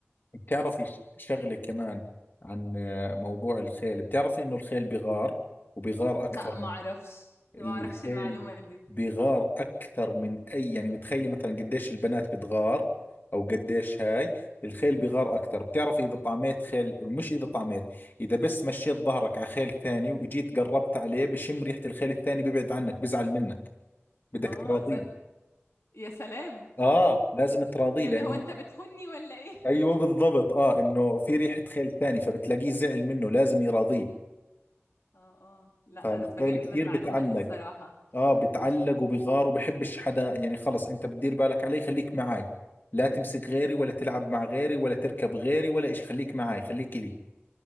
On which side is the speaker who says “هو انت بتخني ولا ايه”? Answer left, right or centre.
Left